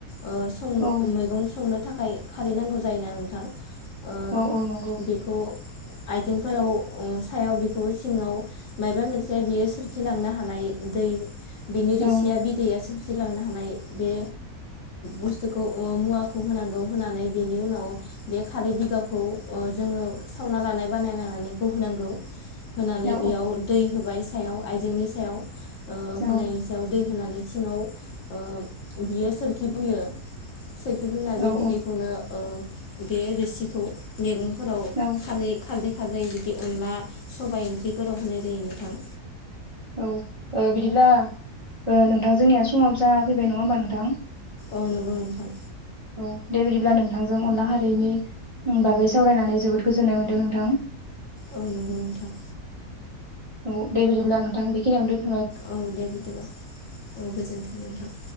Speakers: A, on the left; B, on the right.
A: ओ सं
B: औ
A: मैगं संनो थाखाय खारै नांगौ जायोना नोंथां। ओ
B: औ औ नंगौ
A: बेखौ आइजेंफोराव सायाव बिखौ सिङाव मायाबा मोनसे बियो सोरखिलांनो हानाय दै बिनि
B: औ
A: रोसिया बिदैयासो फसिलांनो हानाय बे बुस बुस्थुखौ मुवाखौ होनांगौ होनानै बेनि उनाव बे खारै बिगाबखौ ओ जोङो सावना लानाय बानायनानैखौ होनांगौ। होनानै
B: औ
A: बेयाव दै होबाय सायाव आइजेंनि सायाव ओ
B: औ
A: होनायनि सायाव दै होनानै सिङाव ओ बियो सोरखि बुयो सोरखिबोनाय बे
B: औ
A: बिदैखौनो ओ बे रोसिखौ मेगं फोराव
B: औ
A: खारै खारदै खारै बिदि अनला सबायाइ ओंख्रिफोराव होनाय जायो नोंथां
B: औ ओ बिदिब्ला ओ नोंथां जोंनिया समाबो जा फैबाय नङा होमबा नोंथां
A: औ नंगौ नोंथां
B: अ दे बिदिब्ला नोंथांजों अनला खारैनि बागै सावरायनानै जोबोद गोजोननाय मोनदों नोंथां
A: ओ नंगौ नोंथां
B: औ दे बिदिब्ला नोंथां बेखिनियावनो दोंन
A: औ दे बिदिबा औ गोजोन्थों नोंथां।